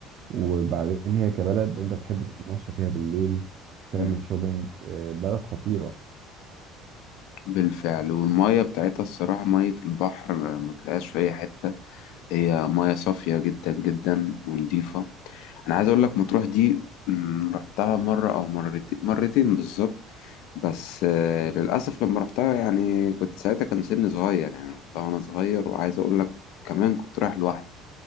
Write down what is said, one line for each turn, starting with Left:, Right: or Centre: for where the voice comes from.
Right: وبعدين هي كبلد انت تحب تتمشى فيها بالليل تعمل
Left: مم.
Right: شوبينج آه، بلد خطيرة
Left: بالفعل والمية بتاعتها الصراحة مية البحر ما ما تلاقيهاش في أي حتة هي مياه صافية جدا جدا ونضيفة أنا عايز أقول لك مطروح دي مم، رحتها مرة أو مرتين مرتين بالظبط بس آه، للأسف لما رحتها يعني كنت ساعتها كان سني صغير يعني رحتها وأنا صغير وعايز أقول لك كمان كنت رايح لوحدي